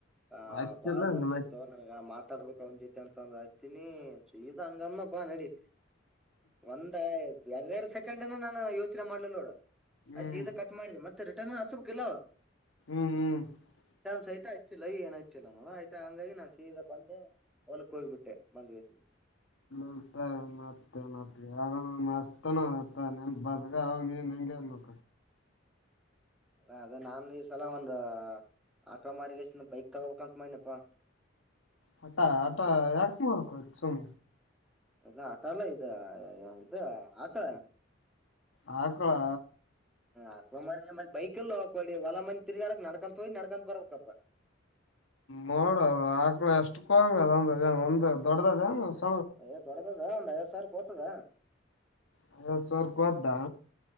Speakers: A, in the centre; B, on the left.
A: ಆಹ
B: ಹಚ್ಚಲ್ಲ
A: ಬಾಳ ಮನ್ಸಿತ್ತು
B: ನಿಮ್ಮ
A: ನನ್ಗ ಮಾತ <unintelligible> ಮಾಡ್ಬೇಕಕ್ ಅವ್ ಜೊತಿ ಅಂತ ಅಂದ ಆತಿನಿ ಈದ ಹಂಗನಪ್ಪಾ ನಡಿ. ಒಂದ ಎರರಡ್ ಸೆಕೆಂಡ್ನ ನಾನು ಯೋಚನೆ ಮಾಡ್ಲ ನೋಡು.
B: ಹ್ಮ್
A: ಅ ಸೀದಾ ಕಟ್ ಮಾಡಿದೆ ಮತ್ತೆ ರಿಟರ್ನ್ ಹಚ್ಬಕ್ ಇಲ್ಲವ.
B: ಹ್ಮ್ ಹ್ಮ್ <unintelligible>
A: ಸಹಿತ ಹಚ್ಚಿಲ್ಲ ಈ ಏನು ಹಚ್ಚಿಲ್ಲ ನೋ ಆಯ್ತ ಹಂಗಾಗಿ ನಾನ್ ಸೀದ ಬಂದೆ. ಹೊಲಕ್ ಹೋಗ್ಬಿಟ್ಟೆ ಬಂದ್ ವೇಸ್ <unintelligible>
B: ಎತ ಮತ್ತೆ ಮತ್ತ ಮಸ್ತೆ <unintelligible> ಹ ಮಂಗ ಮಕ <unintelligible>
A: ಅದೇ ನಾ ಈ ಸಲ ಒಂದು. ಆಕಳ ಮಾರಿಗಸನ ಬೈಕ್ ತಗೋಬೇಕಂತ ಮಾಡನಪ್ಪಾ.
B: ಹಟ ಆಟ ಎ ಮಾರಕ ಚು <unintelligible>
A: ಎಲ್ಲ ಹಟ ಎಲ್ಲಾ ಇದು ಆಕಳ.
B: ಹಕಳಾ.
A: ಅಕಳ ಮ ಬೈಕ ಎಲ್ಲಕಡಿ ಹೊಲ ಮಂದಿ ತಿರ್ಗಾಡಕ್ ನಡ್ಕೊಂತ ಹೋಗಿ ನಡ್ಕೊಂಡಂತ ಬರ್ಬೇಕಪ್ಪ.
B: ನೋಡದು ಆಕಳ ಎಷ್ಟ ಕೋಂಗದ ಒಂದ ಒಂದ ದೊಡ್ಡದದಂಗ. <unintelligible>
A: ಯ್ ದೊಡ್ಡದ ಒಂದ್ ಐವದ್ ಸಾವಿರ ಕೋತದ.
B: ಹ ಐವತ್ತು ಸಾವಿರ್ಕ ಕೊದ್ದಾ.